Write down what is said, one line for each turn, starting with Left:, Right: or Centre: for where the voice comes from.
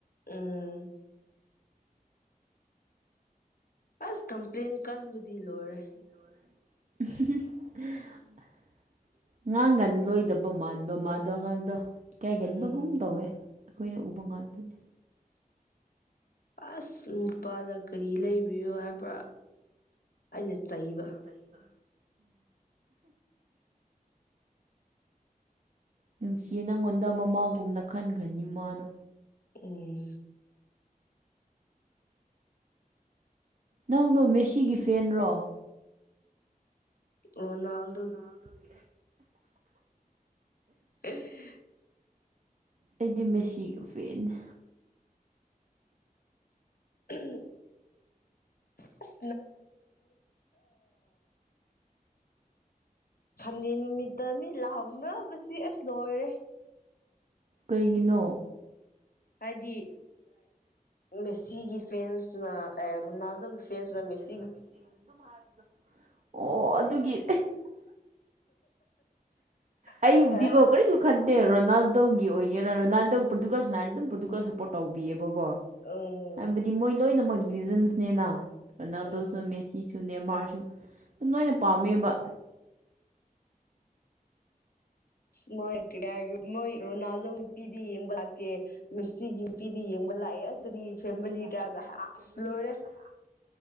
Left: ꯎꯝ ꯑꯁ ꯀꯝꯄ꯭ꯂꯦꯟ ꯀꯟꯕꯗꯤ ꯂꯣꯏꯔꯦ
Right: <unintelligible> ꯉꯥꯡ ꯉꯥꯟ ꯂꯣꯏꯗꯕ ꯃꯥꯟꯕ ꯃꯗꯣ ꯑꯉꯥꯡꯗꯣ ꯏꯀꯥꯏꯒꯟꯕꯒꯨꯝ
Left: ꯎꯝ
Right: ꯇꯧꯋꯦ ꯑꯩꯈꯣꯏꯅ ꯎꯕ ꯉꯥꯛꯇꯅꯤ
Left: ꯑꯁ ꯅꯨꯄꯥꯗ ꯀꯔꯤ ꯂꯩꯕꯤꯌꯣ ꯍꯥꯏꯕ꯭ꯔꯥ ꯑꯩꯅ ꯆꯩꯕ
Right: ꯆꯩꯕ ꯅꯨꯡꯁꯤꯌꯦ ꯅꯪꯉꯣꯟꯗ ꯃꯃꯥꯒꯨꯝꯅ ꯈꯟꯈ꯭ꯔꯅꯤ ꯃꯥꯅꯣ
Left: ꯎꯝ
Right: ꯅꯪꯗꯣ ꯃꯦꯁꯤꯒꯤ ꯐꯦꯟꯔꯣ
Left: ꯔꯣꯅꯥꯜ
Right: ꯔꯣꯅꯥꯜꯗꯣꯒꯤ
Left: <unintelligible>
Right: ꯑꯩꯗꯤ ꯃꯦꯁꯤꯒꯤ ꯐꯦꯟꯅꯦ
Left: <unintelligible> <unintelligible> ꯁꯟꯗꯦ ꯅꯨꯃꯤꯠꯇ ꯃꯤ ꯂꯥꯎꯅꯕꯁꯤ ꯑꯁ ꯂꯣꯏꯔꯦ
Right: ꯀꯩꯒꯤꯅꯣ
Left: ꯍꯥꯏꯗꯤ ꯃꯦꯁꯤꯒꯤ ꯐꯦꯟꯁꯅ ꯔꯣꯅꯥꯜꯗꯣꯒꯤ ꯐ꯭ꯔꯦꯟꯅ ꯃꯦꯁꯤ
Right: ꯍꯥꯏꯕꯗꯣ ꯑꯣ ꯑꯗꯨꯒꯤ ꯑꯩꯕꯨꯗꯤꯀꯣ
Left: ꯑꯦ
Right: ꯀꯩꯁꯨ ꯈꯟ ꯔꯣꯅꯥꯜꯗꯣꯒꯤ ꯑꯣꯏꯒꯦꯔꯥ ꯔꯣꯅꯥꯜꯗꯣ ꯄ꯭ꯔꯗꯨꯀꯜꯁꯤꯅ ꯍꯥꯏ ꯑꯗꯨꯝ ꯄ꯭ꯔꯣꯗꯨꯀꯜ ꯁꯞꯄꯣꯔꯠ ꯇꯧꯕꯤꯑꯕꯀꯣ
Left: <unintelligible>
Right: ꯍꯥꯏꯕꯗꯤ ꯃꯣꯏ ꯂꯣꯏꯅꯃꯛ ꯂꯤꯖꯟꯁꯅꯦꯅ ꯔꯣꯅꯥꯜꯗꯣꯁꯨ
Left: ꯎꯝ
Right: ꯃꯦꯁꯤꯁꯨ ꯅꯃꯥꯔꯁꯨ ꯑꯗꯨꯝ ꯂꯣꯏꯅ ꯄꯥꯝꯃꯦꯕ
Left: ꯏꯁꯃꯣꯏ ꯀ ꯍꯥꯏꯦ ꯃꯣꯏ ꯔꯣꯅꯥꯜꯗꯣ ꯅꯨꯄꯤꯗꯤ ꯌꯦꯡꯕ ꯂꯥꯛꯇꯦ ꯃꯤꯁꯤꯒꯤ ꯅꯨꯄꯤꯗꯤ ꯌꯦꯡꯕ ꯂꯥꯛꯑꯦ ꯀꯔꯤ
Right: ꯅꯨꯄꯤꯗ
Left: ꯐꯦꯃꯤꯂꯤꯗꯒ
Right: ꯌꯦꯡꯕ ꯂꯥꯛꯑꯦ ꯑꯗꯨꯒꯤ
Left: ꯑꯁ
Right: ꯐꯦꯃꯤꯂꯤꯗꯒ
Left: ꯂꯣꯏꯔꯦ